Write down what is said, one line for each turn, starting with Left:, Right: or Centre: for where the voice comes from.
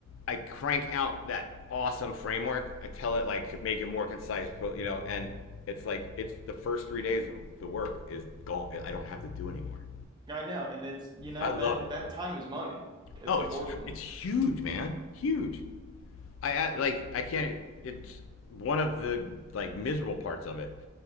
Left: I crank out that awesome framework. I tell it like make it more concise, you know, and it's like it's the first three days of the work is gone. I don't have to do anymore.
Right: I know, and it's you know
Left: I love
Right: that
Left: it.
Right: that time is money. It's
Left: Oh,
Right: important.
Left: it's it's huge, man, huge. I, I like I can't. It's one of the like miserable parts of it